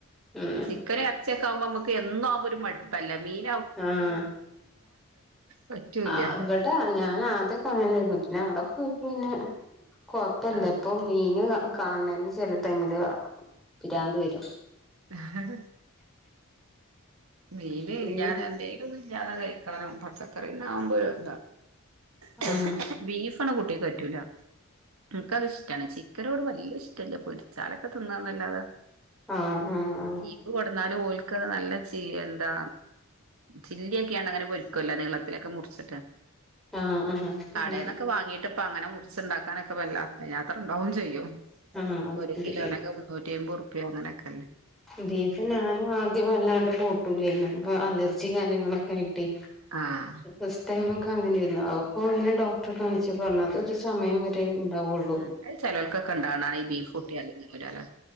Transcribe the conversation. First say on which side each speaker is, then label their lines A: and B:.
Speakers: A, in the centre; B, on the right.
A: ആഹ്
B: ചിക്കൻ ഇറച്ചിയൊക്കെ ആകുമ്പോ നമ്മുക്ക് എന്നാാവുമ്പോ ഒരു മടുപ്പല്ല മീൻ
A: ആഹ
B: പറ്റൂല
A: ആ ഇവിടെ ഞാൻ ആദ്യ കങ്ങന്നായിരുന്നു പിന്നെ അവിടെ പോയപ്പോന്നെ കൊഴപ്പില്ല
B: ആഹ്
A: ഇപ്പൊ മീന്. കാണണന് ചെില ടൈമില് പിരാന്ത് വരും
B: ആഹ മീൻ
A: പിന്നെ
B: ഇല്ലാതെ എന്തെങ്കിലും ഇല്ലാതെ കഴിക്കണം പച്ചക്കറിന്ടാകുമ്പോ എന്ത. ഹോ
A: ആഹ്
B: ഹേ ഹേ ബീഫണ് കുട്ടി പറ്റൂല നിനക്ക്ത് ഇഷ്ടമാണ് ചിക്കനോട് വലിയ ഇഷ്ടമല്ല പൊരിച്ചാലൊക്കെ തിന്നന്നല്ലാതെ
A: ആഹ് ആഹ്
B: ദീപ്പ് കൊടന്നാാലും ഓൽ നല്ല ച എന്താ ചില്ലിയൊക്കെയാണ് അങ്ങനെ പൊരിക്കുവല്ല നീളത്തിലൊക്കെ മുറിച്ചിട്ട്
A: ആഹ് ആഹ്
B: കടയിൽന്നൊക്കെ
A: അങ്ങനെ
B: വാങ്ങിട്ട ഇപ്പ അങ്ങനെ മുറി ഉണ്ടാക്കാനൊക്കെ വല്ല അത്ര ഉണ്ടാവും ചെയ്യും
A: ആഹ്
B: ഒരു കിലോനൊക്കെ
A: ബീഫ്
B: മുന്നൂറ്റായി മ്പത് അപ്പ അങ്ങനൊക്കെല്ലേ
A: ബീഫ് ഞാനും ആദ്യം അല്ലാണ്ട് കൂട്ടൂലായിരുന്നു ഇപ്പൊ അലർജി കാര്യങ്ങളൊക്കെ ആയി്
B: ആഹ്
A: ഫ മ അങ്ങനൊയിരുന്നു അ അപ്പൊ അങ്ങനെ ഡോക്ടർ കാണിച്ച് പറഞ്ഞ അത് ഒരു സമയം വരെ ഉണ്ടാവുള്ളൂ
B: ഉ അത് ചിലവൾക്കൊക്കെ ഉണ്ടാവ ഈ ബീഫ് കുട്ടിയല്ലങ്ങനെല്ലോ.